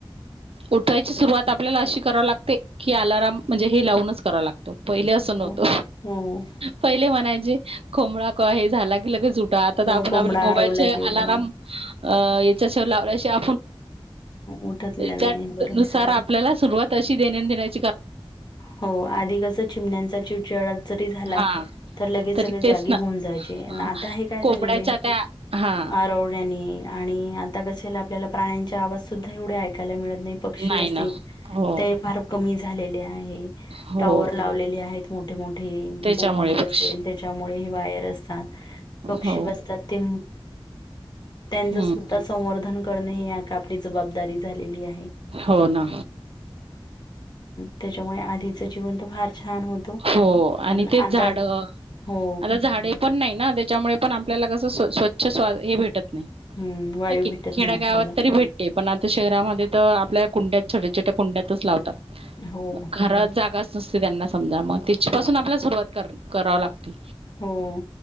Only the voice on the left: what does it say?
हो
हो
हो
कोंबडा
हरवला की उठ
उठतला नाही
बरं
हो आधी कस चिमण्यांचा चिडचिड जरी झाला
तर लगेच
सगळे जागी
होऊन जायचे
आता हे काय
झालेले
आरवण्याने आणि आता कसे आपल्याला प्राण्यांच्या आवाज सुद्धा एवढे ऐकायला मिळत पक्षी
अस
फार कमी. झा आहे
टॉवर लावलेले आहेत मोठे मोठे. थेंब
फोन ची
त्यामुळे वायर असतात पक्षी
बसतात ते त्यांच
सुद्धा संवर्धन करणे हे आपली जबाबदारी झालेली आहे.
त्याच्यामुळे आधीच जीवन फार! छान होतं
पण
आता
हो
हम्म वायू
भेटत
नाही आपल्याला
हो
होम